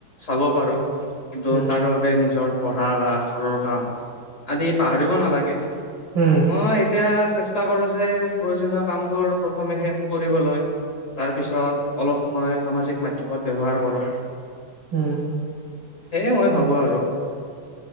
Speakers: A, on the left (about 35°); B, on the right (about 80°).
A: চাব পাৰো কিন্তু
B: উম
A: তাৰ বাবে নিজৰ পঢ়া বা ঘৰৰ কাম আদি পাহৰিব নালাগে। অ
B: উম
A: এতিয়া চেষ্টা কৰো যে প্ৰয়োজনীয় কামবোৰ প্ৰথমে শেষ কৰিবলৈ। তাৰপিছত অলপ সময় সামাজিক মাধ্যমত ব্যৱহাৰ কৰোঁ।
B: উম।
A: সেয়ে মই ভাবো আৰু।